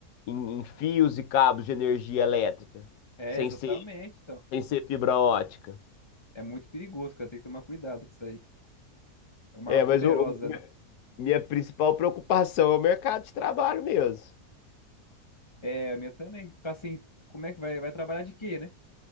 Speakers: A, on the left; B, on the left.
A: em, em fios e cabos de energia elétrica,
B: É,
A: sem
B: exatamente,
A: ser,
B: então.
A: sem ser fibra ótica.
B: É muito perigoso, cara. Tem que tomar cuidado com isso aí. É uma
A: É,
B: arma
A: mas
B: poderosa,
A: o, o- minha
B: né?
A: minha principal preocupação é o mercado de trabalho mesmo.
B: É, a minha também. Ficar assim, como é que vai, vai trabalhar de quê, né?